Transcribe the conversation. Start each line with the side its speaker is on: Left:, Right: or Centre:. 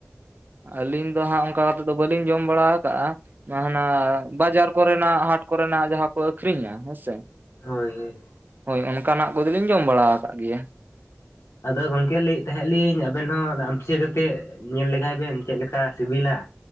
Right: ᱟᱹᱞᱤᱧ ᱫᱚ ᱦᱟᱸᱜ ᱚᱱᱠᱟ ᱠᱟᱛᱮ ᱫᱚ ᱵᱟᱹᱞᱤᱧ ᱡᱚᱢ ᱵᱟᱲᱟᱣ ᱟᱠᱟᱜᱼᱟ᱾ ᱡᱟᱦᱟᱸᱱᱟᱜ ᱵᱟᱡᱟᱨ ᱠᱚᱨᱮᱱᱟᱜ ᱦᱟᱴ ᱠᱚᱨᱮᱱᱟᱜ ᱡᱟᱦᱟᱸ ᱠᱚ ᱟᱹᱠᱷᱨᱤᱧᱟ ᱦᱮᱸ ᱥᱮᱼᱼ
Left: ᱦᱳᱭ ᱦᱳᱭ
Right: ᱦᱳᱭ ᱚᱱᱠᱟᱱᱟᱜ ᱠᱚᱫᱚᱞᱤᱧ ᱡᱚᱢ ᱵᱟᱲᱟᱣ ᱟᱠᱟᱫ ᱜᱮᱭᱟ᱾
Left: ᱟᱫᱚ ᱜᱚᱝᱠᱮ ᱞᱟᱹᱭᱮᱫ ᱛᱟᱦᱮᱸᱫ ᱞᱤᱧ ᱟᱵᱮᱱ ᱦᱚᱸ ᱚᱱᱟ ᱟᱢ ᱪᱤᱭᱟᱹ ᱠᱟᱛᱮᱫ ᱧᱮᱞ ᱞᱮᱜᱟᱭ ᱵᱮᱱ ᱪᱮᱫ ᱞᱮᱠᱟ ᱥᱤᱵᱤᱞᱟ᱾